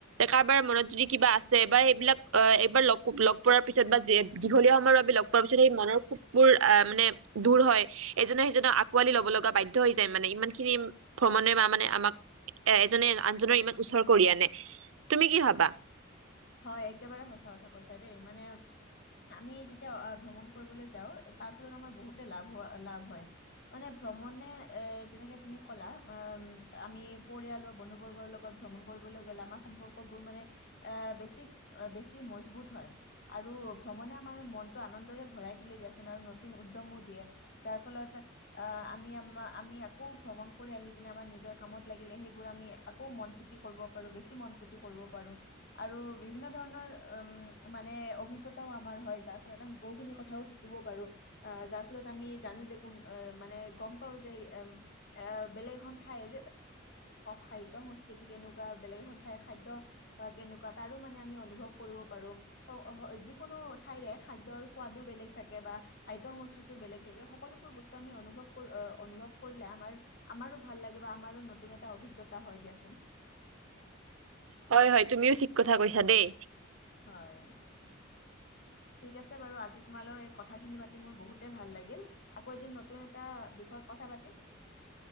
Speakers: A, on the right; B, on the left.
A: কাৰবাৰ মনত যদি কিবা আছে বা সেইবিলাক এইবাৰ লগ পোৱাৰ পিছত বা দীঘলীয়া সময়ৰ বাবে লগ পোৱাৰ পিছত সেই মনৰ খুবোৰ আহ মানে দূৰ হয় এজনে সিজনক আকোৱালি লব লগা বাধ্য হৈ যায় মানে ইমান খিনি ভ্ৰমণে বা মানে আমাক এ এজনে আনজনৰ ইমান ওচৰ কৰি আনে। তুমি কি ভাবা?
B: হয় একেবাৰে সঁচা কথা কৈছা দেই মানে আমি যেতিয়া আহ ভ্ৰমণ কৰিবলৈ যাওঁ তাৰ ফলত আমাৰ বহুতে লাভ হোৱা লাভ হয় মানে ভ্ৰমণে এ যেনেকে তুমি ক'লা আমি পৰিয়াল বা বন্ধুবৰ্গৰ লগত ভ্ৰমণ কৰিবলৈ গ'লে আমাৰ সম্পৰ্কবোৰ মানে এ বেছি বেছি মজবুত হয় আৰু ভ্ৰমণে আমাৰ মনটো আনন্দৰে ভৰাই তুলে দিয়াচোন আৰু নতুন উদ্যমো দিয়ে যাৰ ফলত আহ আমি আম আমি আকৌ ভ্ৰমণ কৰি আহি পিনে আমাৰ নিজৰ কামত লাগিলে সেইবোৰ আমি আকৌ মন পুতি কৰিব পাৰো বেছি মন পুতি কৰিব পাৰোঁ আৰু বিভিন্ন ধৰণৰ উম মানে অভিজ্ঞতাও আমাৰ হয় যাৰ ফলত আমি বহুখিনি কথাও শিকিব পাৰো আহ যাৰ ফলত আমি জানো যে কোন মানে গম পাওঁ যে এম এ বেলেগ এখন ঠাইৰ খাদ্য সংস্কৃতি কেনেকুৱা বেলেগ এখন ঠাইৰ খাদ্য অ কেনেকুৱা তাৰো মানে আমি অনুভৱ কৰিব পাৰো যিকোনো ঠাইৰে খাদ্যৰ সোৱাদো বেলেগ থাকে বা খাদ্য সংস্কৃতিও বেলেগ থাকে সকলোবোৰ বস্তু আমি অনুভৱ অনুভৱ কৰিলে আমাৰ আমাৰো ভাল লাগিব বা আমাৰো নতুন এটা অভিজ্ঞতা হয় দিয়াচোন
A: হয় হয় তুমিও ঠিক কথা কৈছা দেই
B: হয় ঠিক আছে বাৰু আজি তোমালৈ কথাখিনি পাতি মোৰ বহুতেই ভাল লাগিল আকৌ এদিন নতুন এটা বিষয়ত কথা পাতিম